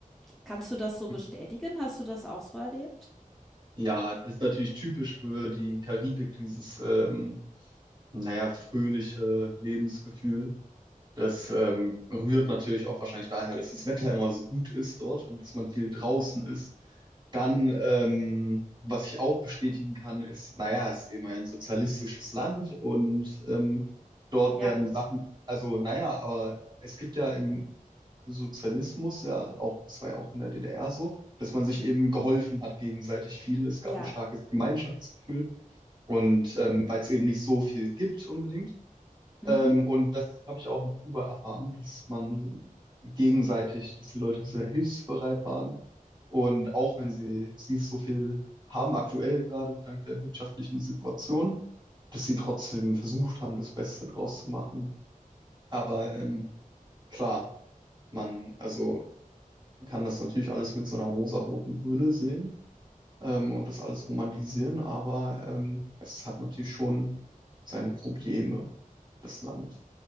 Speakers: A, in the centre; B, on the right (about 30°).
A: kannst du das so
B: Mhm.
A: bestätigen? Hast du das auch so erlebt?
B: Ja, das ist natürlich typisch für die Karibik, dieses, ähm, naja, fröhliche Lebensgefühl. Das ähm, rührt natürlich auch wahrscheinlich daher, dass das Wetter immer so gut ist dort und dass man viel draußen ist. Dann, ähm, was ich auch bestätigen kann, ist, naja, es ist eben ein sozialistisches Land und ähm, dort
A: Ja,
B: werden
A: gut.
B: Sachen, also naja, aber es gibt ja im Sozialismus ja auch, das war ja auch in der DDR so, dass man sich eben geholfen hat gegenseitig viel. Es gab
A: Ja.
B: ein starkes Gemeinschaftsgefühl und ähm, weil es eben nicht so viel gibt unbedingt
A: Mhm.
B: ähm, und das habe ich auch in Kuba erfahren, dass man gegenseitig, dass die Leute sehr hilfsbereit waren. Und auch wenn sie jetzt nicht so viel haben aktuell, gerade dank der wirtschaftlichen Situation, dass sie trotzdem versucht haben, das Beste draus zu machen. Aber ähm, klar, man also man kann das natürlich alles mit so einer rosaroten Brille sehen ähm, und das alles romantisieren, aber ähm, es hat natürlich schon seine Probleme, das Land.